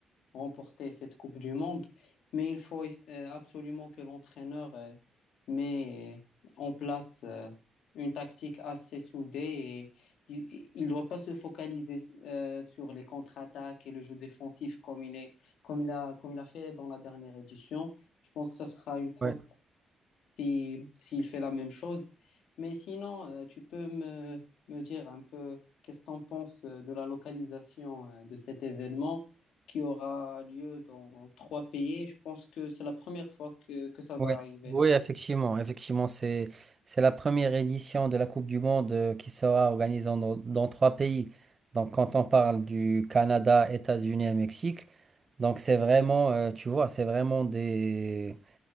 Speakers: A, on the left; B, on the right.
A: remporter cette Coupe du Monde, mais il faut euh, absolument que l'entraîneur euh, met euh, en place euh, une tactique assez soudée et il ne doit pas se focaliser euh, sur les contre-attaques et le jeu défensif comme il est, comme il a, comme il a fait dans la dernière édition. Je pense que ça sera une faute
B: Ouais.
A: si, s'il fait la même chose. Mais sinon, euh, tu peux me, me dire un peu qu'est-ce que tu en penses euh, de la localisation euh, de cet événement qui aura lieu dans trois pays. Je pense que c'est la première fois que, que ça va
B: Ouais.
A: arriver,
B: Oui,
A: non?
B: effectivement. Effectivement, c'est, c'est la première édition de la Coupe du Monde euh, qui sera organisée dans, dans trois pays. Donc, quand on parle du Canada, États-Unis et Mexique, Donc c'est vraiment, euh, tu vois, c'est vraiment des,